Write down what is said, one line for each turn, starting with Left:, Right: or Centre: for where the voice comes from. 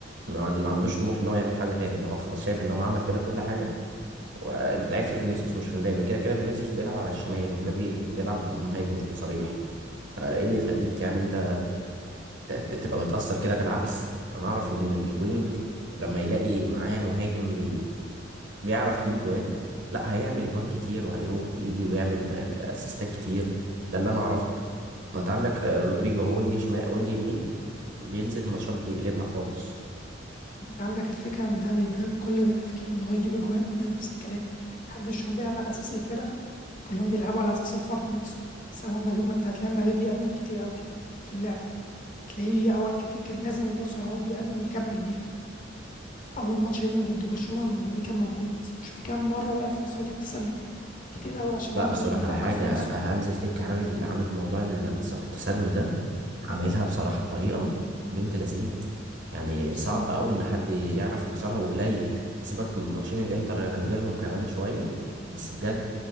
Right: ما عن- ما عندوش طموح ان هو يعمل حاجه تاني ان هو خلاص شايف ان هو عمل كده كل حاجه والعيب في فينيسيوس مش في مبابي وكده كده فينيسيوس بيلعب على الشمال ومبابي بيلعب مهاجم صريح فايه اللي يخليك يعني انت ت- ت- تبقى متاثر كده بالعكس انا اعرف ان إن الوينج لما يلاقي معاه مهاجم بي بيعرف يجيب اجوان لا هيعمل اجوان كتير وهيروح ويجي ويعمل آه، اسيستات كتير ده اللي انا اعرفه ما انت عندك آه، رودريجو هو وينج شمال وينج يمين بينزل الماتشات بيقلبها خالص
Left: يعني عندك الفكرة إن ده بي- ده كل ده تفكيره إن هو يجيب أجوان ده نفس الكلام محدش هم بيلعب على أساس الفرقة كلهم بيلعبوا على أساس الفرد نفسه بس هو مبابي ما أنت هتلاقي مبابي بيأنن كتير قوي في اللعب تلاقيه أوقات كتير كان لازم يبص هو بيأنن يكمل بيها أول ماتش هنا ضد برشلونة لما مبابي كان موجود شوف كام مرة وقع في مصيدة التسلل كتير قوي عشان
Right: لا
Left: هو
Right: بس
Left: كان
Right: اقول
Left: بيفكر
Right: لك على حاجه
Left: في نفسه
Right: آه، هانز فليك عامل عامل موضوع مصيدة التسلل ده عاملها بصراحه بطريقه بنت لذينه يعني
Left: بس
Right: صعب قوي ان حد يعرف يكسرها وقليل سيبك من ماتشين الانتر هنجيلهم كمان شويه بس بجد